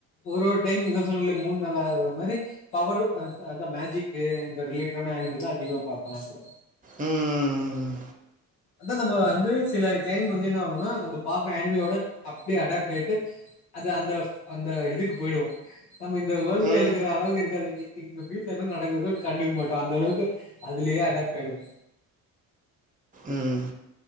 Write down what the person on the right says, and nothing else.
ம் ம் ம் ம்
ம்
ம் ம்